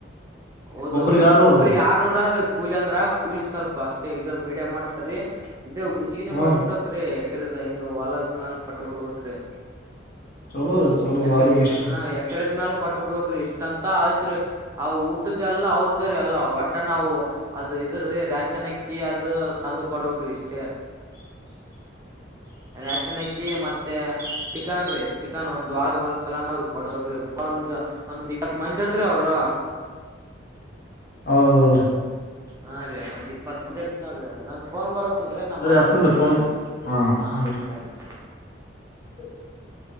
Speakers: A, on the right; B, on the left.
A: ಹೌದು
B: ಒಬ್ಬ್ರಗ್ ಆರ್ನೂರು
A: ಒಬ್ಬ್ರಿಗೆ ಆರ್ನೂರ ಆದ್ರೂ ಕೂಲಿ ಅಂದ್ರ ಕೂಲಿ ಸ್ವಲ್ಪ ಅಷ್ಟೇ ಇ ಮೀಡಿಯಂ ಮಾಡ್ತಾರೀ ಇ ಗುಜಗಿನ
B: ಹ್ಮ
A: ಕೊಟ್ಟ ಬಿಡಕ್ರೀ ಬದ ಹಿಂಗ ಹೊಲದ ಮ್ಯಾಲ ಕೊಟ್ಟ ಬಿಡ್ಬೇಕೇರೀ
B: ಚಲೋ ರೀ ಚಲೋ
A: ಎಕರೆ
B: ಬಾರಿ ಬೆಸ್ಟ್
A: ಹ ಎಕರೆದ ನಲ್ಕು ಕೊಟ್ಟ ಬಿಡ್ಕ್ರೀ ಇಷ್ಟ ಅಂತ ಆಯ್ತ್ರಿ ಆ ಊಟದಲ್ಲ ಅವ್ರ ಅ್ರ ಅಲ್ಲ ಒಟ್ಟ ನಾವು ಅದು ಇದ್ರೀ ರೇಶನ್ಕ್ಕಿ ಅದು ತಂದು ಕೊಡ್ಬೇಕ್ರಿ ಇಷ್ಟೇ ರಶನಕ್ಕಿ ಮತ್ತೆ ಚಿಕನ್ ರೀ ಚಿಕನ್ ಒಂದು ಳಗ ಒಂದ್ಸಲಾನ ಅವ್ರಿಗೆ ಕೊಡ್ಸಕ್ರಿ ಒಂದ ಒಂದ್ ಇಪ್ಪತ್ ಮಂದರ್ತ್ ಅವ್ರ
B: ಹೌದೌದ್ರಿ
A: ಹಾ ರೀ ಒಂದ್ ಇಪ್ಪತ್ ಮುಂದಿ ಇರ್ತ್ ನೋಡ್ರಿ ನನ್ ಫೋನ್ ಬರಕ್ ಕುದ್ರೆ ನಾನ್
B: ಸರಿ
A: ಮಾಡ್ತನ
B: ಅಷ್ಟತನ್
A: ಮತ್ತ
B: ಫೋನ್
A: ಹ
B: ಹಾ
A: ಸರಿ
B: <inaudible>